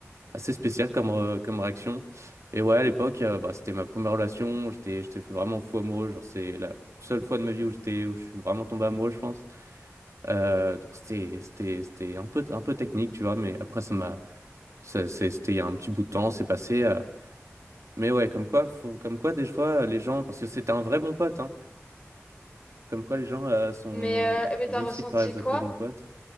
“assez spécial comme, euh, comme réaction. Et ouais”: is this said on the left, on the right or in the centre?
Right